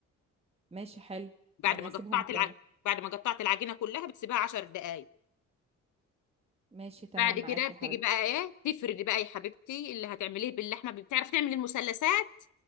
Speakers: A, on the right; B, on the left.
A: ماشي حلو
B: بعد
A: يعني
B: ما
A: اسيبهم
B: قطعت
A: تاني
B: الع... بعد ما قطعت العجينة كلها بتسيبها عشر دقايق
A: ماشي تمام
B: بعد كده
A: معاكي
B: بتيجي
A: يا حبيبتي
B: بقى ايه تفردي بقى يا حبيبتي اللي هتعمليه باللحمة بتعرفي تعملي المثلثات